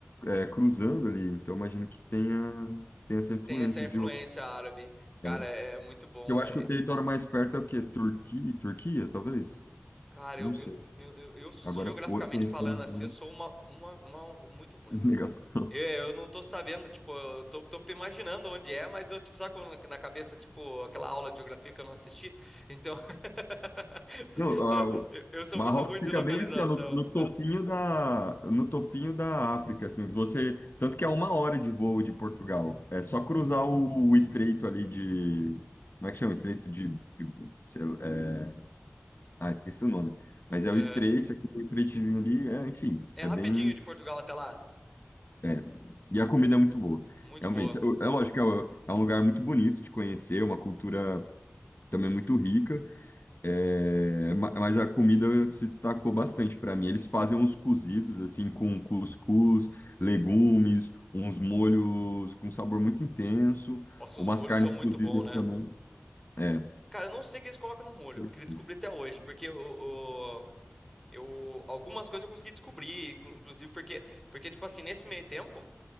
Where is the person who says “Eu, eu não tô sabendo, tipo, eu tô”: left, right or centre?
Centre